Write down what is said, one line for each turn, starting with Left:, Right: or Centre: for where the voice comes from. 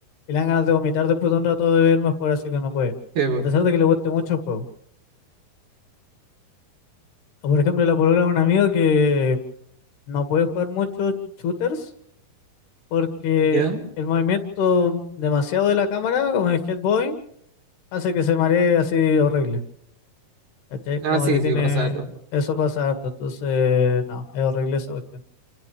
Left: y le dan ganas de vomitar después de un rato de verme jugar, así que no puede.
Right: Sí, po.
Left: A pesar de que le guste mucho el juego. O por ejemplo, la polola de un amigo que no puede jugar mucho shooters porque
Right: ¿Ya?
Left: el movimiento demasiado de la cámara, como el Head Boy, hace que se maree así horrible. ¿Cachai?
Right: Ah,
Left: Como
Right: sí,
Left: que tiene.
Right: sí, pasa harto.
Left: Eso pasa harto, entonces no, es horrible esa cuestión.